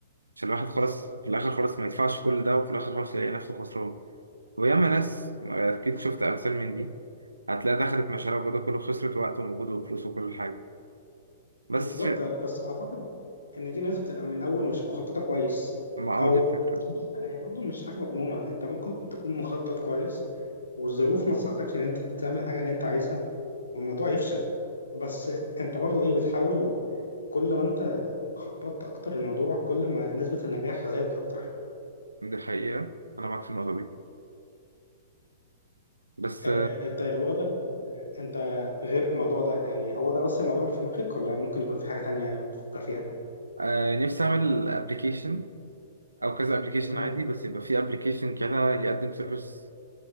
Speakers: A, on the right; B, on the left.
A: عشان الواحد خلاص
B: بالظبط
A: في الآخر خلاص ما يدفعش كل ده وفي الآخر خلاص يلاقي نفسه خسران وياما ناس أكيد شفت أمثال من دي هتلاقي دخلت مشاريع وجوده كله خسرت وقت ومجهود وفلوس وكل حاجة بس
B: بالظبط
A: في-
B: بس اعتقد ان دي ناس بتبقى من الاول مش مخططه كويس
A: ما
B: او
A: اه دي الفكرة
B: بص هي برضو مش حاجه مضمونه انت ممكن تكون مخطط كويس والظروف ما تساعدكش ان انت تعمل حاجه اللي انت عايزها والموضوع يفشل بس انت برضو ايه بتحاول كل ما انت خططت اكتر للموضوع كل ما نسبة النجاح زادت اكتر
A: دي الحقيقة أنا معاك في النقطة دي بس
B: آه طيب اقول لك آه انت غير الموضوع ده يعني هو ده بس الموضوع اللي في دماغك ولا ممكن يكون في حاجة تانية بتفكر فيها
A: آه نفسي أعمل أبلكيشن أو كذا أبلكيشن
B: امم
A: عادي بس يبقى في أبلكيشن كده يقدم سيرفيس